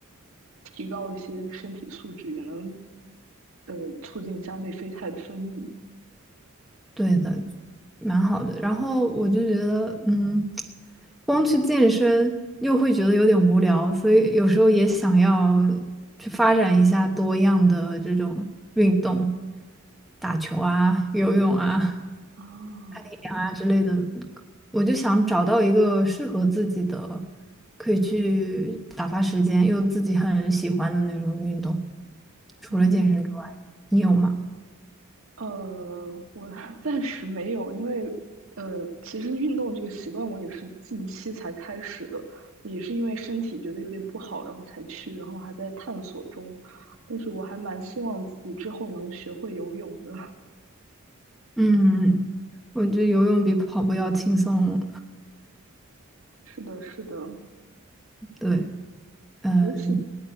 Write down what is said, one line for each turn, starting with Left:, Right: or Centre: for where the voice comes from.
Right: 提高一些身体素质，也能呃促进一下内啡肽的分泌
Centre: 对的，蛮好的。然后我就觉得，嗯，光去健身又会觉得有点无聊，所以有时候也想要去发展一下多样的这种运动，打球啊、游泳啊、
Right: 啊。
Centre: 攀岩啊之类的。我就想找到一个适合自己的，可以去打发时间，又自己很喜欢的那种运动，除了健身之外，
Right: 嗯，
Centre: 你有吗？
Right: 呃，我 <laughs> 暂时没有，因为呃，其实运动这个习惯我也是近期才开始的，也是因为身体觉得有点不好，然后才去，然后还在探索中。但是我还蛮希望自己之后能学会游泳的。
Centre: 嗯，我觉得游泳比跑步要轻松。
Right: <laughs> 是的，是的，
Centre: 对，嗯，
Right: 尤其